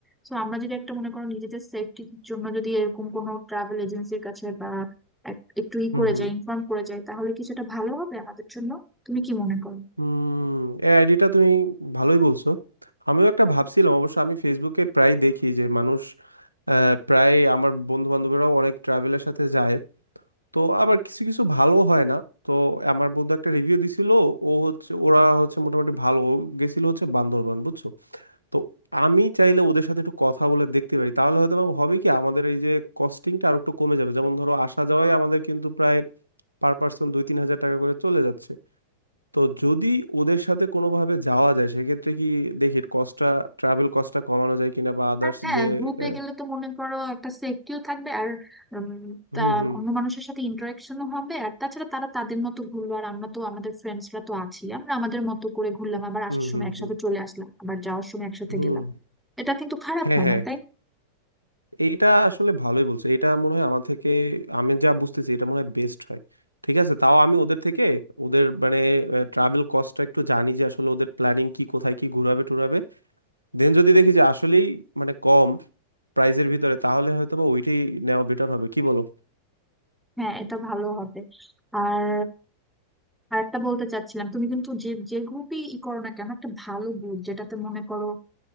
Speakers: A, in the centre; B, on the right (about 85°).
A: তো আমরা যদি একটা মনে করো নিজেদের সেফটির জন্য যদি এরকম কোনো ট্রাভেল এজেন্সির কাছে বা এক- একটু ই
B: হুম
A: করে
B: হুম
A: যাই ইনফর্ম করে যাই তাহলে কিছুটা ভালো হবে আমাদের জন্য তুমি কি মনে করো
B: হুম এই আইডিটা তুমি ভালোই বলছো আমিও একটা ভাবছিলাম অবশ্য আমি ফেসবুকে প্রায় দেখি যে মানুষ আহ, প্রায় আমার বন্ধু বান্ধবরাও অনেক ট্রাভেলের সাথে যায় তো আবার কিছু কিছু ভালো হয় না তো আমার বন্ধু একটা রিভিউ দিছিল ও হচ্ছে ওরা হচ্ছে মোটামুটি ভালো ও গেছিল হচ্ছে বান্দরবান বুঝছো তো আমি চাইলে ওদের সাথে একটু কথা বলে দেখতে পারি তাহলে হয়তো বা হবে কি আমাদের এই যে কস্টিংটা আর একটু কমে যাবে যেমন ধরো আসা যাওয়ায় আমাদের কিন্তু প্রায় পার পার্সন দুই তিন হাজার টাকা করে চলে যাচ্ছে তো যদি ওদের সাথে কোনোভাবে যাওয়া যায় সেক্ষেত্রে কি দেখি কস্টটা ট্রাভেল কস্টটা কমানো যায় কিনা বা আদার্স
A: আর হ্যাঁ
B: যে
A: গ্রুপে
B: আহ,
A: গেলে তো মনে করো একটা সেফটিও থাকবে আর উম, তা
B: হুম হুম
A: অন্য মানুষের সাথে ইন্টারাকশনও হবে আর তাছাড়া তারা তাদের মতো ঘুরলো আর আমরা তো আমাদের ফ্রেন্ডসরা তো আছি আমরা আমাদের মতো করে ঘুরলাম আবার আসার
B: হুম
A: সময়
B: হুম
A: একসাথে
B: হুম
A: চলে আসলাম আবার যাওয়ার সময় একসাথে
B: হুম
A: গেলাম এটা কিন্তু খারাপ
B: হ্যাঁ
A: হয়
B: হ্যাঁ
A: না তাই না?
B: এইটা আসলে ভালোই বলছো এটা মনে হয় আমার থেকে আমি যা বুঝতেছি এটা মনে হয় বেস্ট হয় ঠিক আছে তাও আমি ওদের থেকে ওদের মানে ট্রাভেল কস্টটা একটু জানি যে আসলে ওদের প্ল্যানিং কি কোথায় কি ঘুরাবে টুরাবে দেন যদি দেখি যে আসলেই মানে কম প্রাইজের ভিতরে তাহলে হয়তো বা ওইটাই নেওয়া বেটার হবে কি বলো
A: হ্যাঁ এটা ভালো হবে আর আর একটা বলতে চাচ্ছিলাম তুমি কিন্তু যে যে গ্রুপই ই করো না কেন একটা ভালো গ্রুপ যেটাতে মনে করো